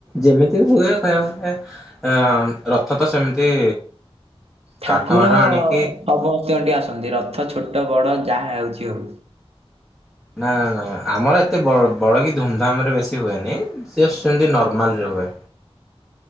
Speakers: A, in the centre; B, on the right.
A: ଯେମିତି ବି ହୁଏ କହିବାକୁ ଗଲେ ରଥ ତ ସେମିତି
B: ଠାକୁର
A: କାଠ ଫାଠ ଆଣିକି
B: ହବ ଆସନ୍ତି ରଥ ଛୋଟ ବଡ ଯାହା ହେଉଛି ଆଉ
A: ନା ନା ନା ଆମର ଏତେ ବଡ କିି ଧୁମଧାମ ରେ ବେଶୀ ହୁଏନିଷ୍ଟ ସେମିତି ନର୍ମାଲରେ ହୁଏ।